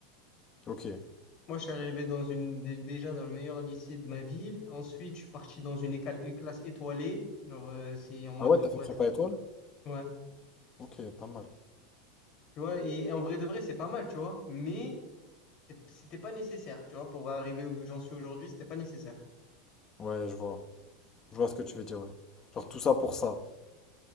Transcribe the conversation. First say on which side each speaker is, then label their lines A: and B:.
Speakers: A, on the left (about 25°); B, on the left (about 40°).
A: Ok.
B: Moi, je suis arrivé dans une, dé- déjà dans le meilleur lycée de ma ville. Ensuite, je suis parti dans une, école- une classe étoilée. Genre, euh, c'est en mode
A: Ah ouais,
B: de
A: t'as
B: faut
A: fait
B: être.
A: prépa étoile?
B: Ouais.
A: Ok, pas mal.
B: Tu vois, et, et en vrai de vrai, c'est pas mal, tu vois. Mais c'est- c'était pas nécessaire, tu vois, pour arriver où j'en suis aujourd'hui, c'était pas nécessaire.
A: Ouais, je vois. Je vois ce que tu veux dire, ouais. Genre tout ça pour ça.